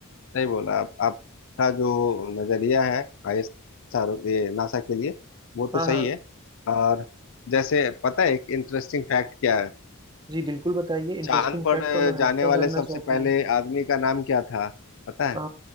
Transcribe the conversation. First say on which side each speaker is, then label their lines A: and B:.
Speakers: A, on the left (about 65°); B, on the right (about 20°).
A: सही बोला आप आपका जो नजरिया है आईएसआरओ ये नासा के लिए वो तो
B: हाँ हाँ
A: सही है और जैसे पता है एक इंटरेस्टिंग फैक्ट क्या है
B: जी बिल्कुल बताइए इंटरेस्टिंग
A: चांद पर
B: फैक्ट तो मैं हमेशा
A: जाने वाले
B: जानना
A: सबसे
B: चाहता
A: पहले
B: हूँ
A: आदमी का नाम क्या था पता है
B: अ,